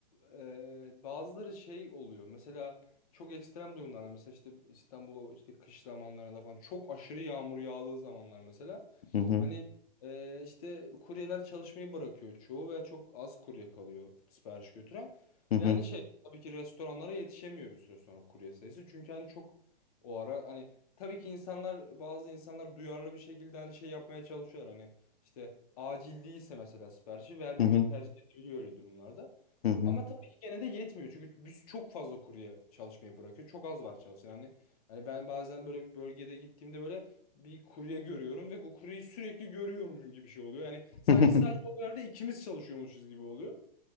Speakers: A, on the left; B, on the left.
A: e, bazıları şey oluyor. Mesela çok ekstrem durumlarda mesela işte İstanbul'u işte kış zamanlarında falan çok aşırı yağmur yağdığı zamanlar mesela
B: Hı hı.
A: Hani e, işte kuryeler çalışmayı bırakıyor çoğu ve çok az kurye kalıyor sipariş götüren.
B: Hı hı.
A: Ve hani şey tabii ki restoranlara yetişemiyor bir süre sonra kurye sayısı. Çünkü hani çok o ara hani tabii ki insanlar bazı insanlar duyarlı bir şekilde hani şey yapmaya çalışıyorlar. Hani işte acil değilse mesela siparişi vermemeyi
B: Hı hı.
A: tercih edebiliyor öyle durumlarda.
B: Hı hı.
A: Ama tabii ki gene de yetmiyor. Çünkü biz çok fazla kurye çalışmayı bırakıyor. Çok az var çalışan. Hani, hani ben bazen böyle bir bölgede gittiğimde böyle bir kurye görüyorum ve o kuryeyi sürekli görüyormuşum gibi bir şey oluyor. Yani
B: <laughs>
A: sanki sadece o yerde ikimiz çalışıyormuşuz gibi oluyor.